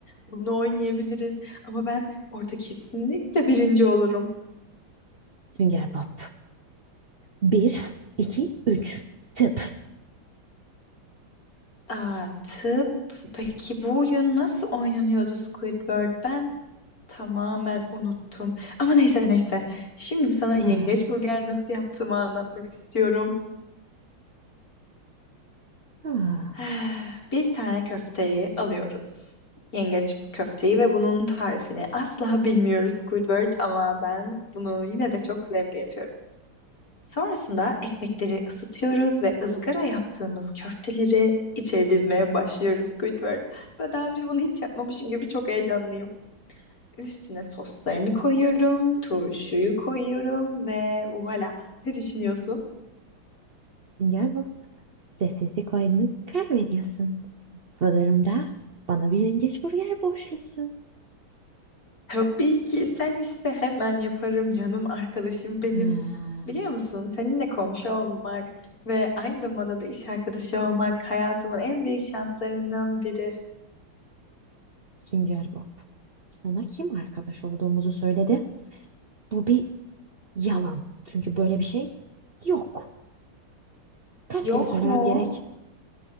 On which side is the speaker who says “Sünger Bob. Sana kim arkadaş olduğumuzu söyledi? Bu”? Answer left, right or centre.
Right